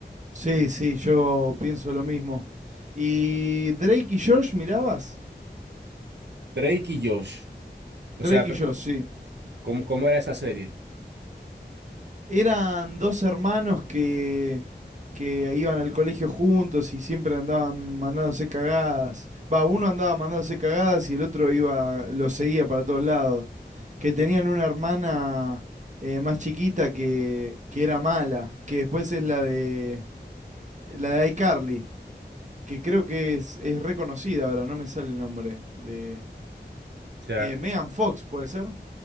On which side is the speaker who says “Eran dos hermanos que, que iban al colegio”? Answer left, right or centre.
Right